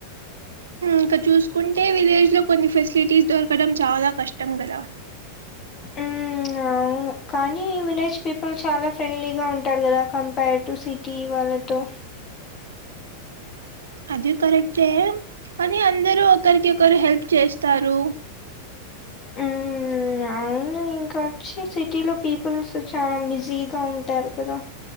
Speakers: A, on the right; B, on the left.
A: ఇంక చూసుకుంటే విలేజ్ లో కొన్ని ఫెసిలిటీస్ దొరకడం చాలా కష్టం కదా
B: ఉమ్ ఆ అవును కానీ విలేజ్ పీపుల్ చాలా ఫ్రెండ్లీగా ఉంటారు కదా కంపేర్ టు సిటీ వాళ్ళతో
A: అది కరెక్టే కానీ అందరు ఒకరికి ఒకరు హెల్ప్ చేస్తారు
B: ఉమ్ నా ఉం ఇంకా వచ్చి సిటీ లో పీపుల్స్ చాలా బిజీగా ఉంటారు కదా